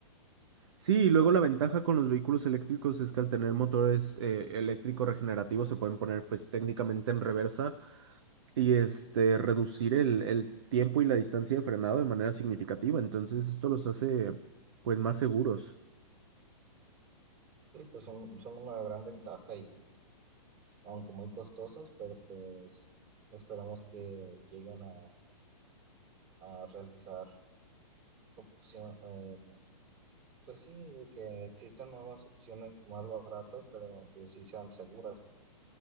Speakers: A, on the right; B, on the right.
A: Sí, y luego la ventaja con los vehículos eléctricos es que al tener motores eh, eléctricos regenerativos se pueden poner pues técnicamente en reversa y este reducir el, el tiempo y la distancia de frenado de manera significativa. Entonces esto los hace pues más seguros.
B: Sí, pues son, son una gran ventaja y aunque muy costosos, pero pues esperamos que lleguen a, a realizar opción, eh, pues sí, que existan nuevas opciones más baratas, pero que sí sean seguras.